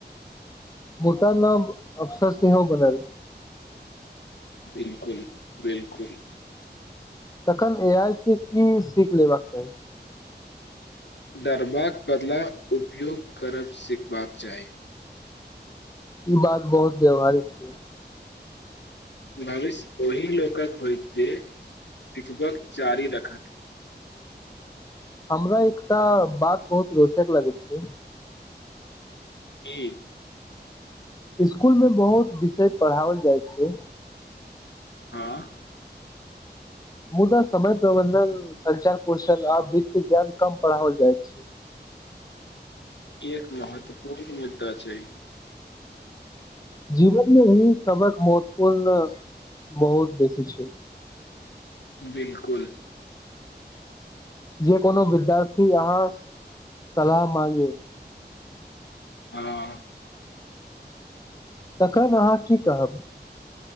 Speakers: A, on the left; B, on the left.
A: मुत न अफसर सेहो बनल
B: बिलकुल बिलकुल
A: तखन ए आइ सी की सीख लेबाक चाही
B: डरबाक बदला उपयोग करब सिखबाक चाही
A: ई बात बहुत व्यवहारिक छियै
B: भविष्य ओहि लोकक होय जे सिखबक चारि रखत
A: हमरा एकटा बात बहुत रोचक लगैत छै
B: की
A: स्कुल मे बहुत विषय पढ़ाओल जाइ छै
B: आँ
A: मुदा समय प्रबंधन संचार कौशल आ वित्त ज्ञान कम पढ़ाओल जाय छी
B: ई एक महत्वपूर्ण मुद्दा छै
A: जीवनमे हं सभक मत्वपूर्ण बहुत बेसी छै
B: बिलकुल
A: जे कोनो विद्यार्थी अहाँ सलाह मांगे
B: हँ
A: तखन अहाँ की कहब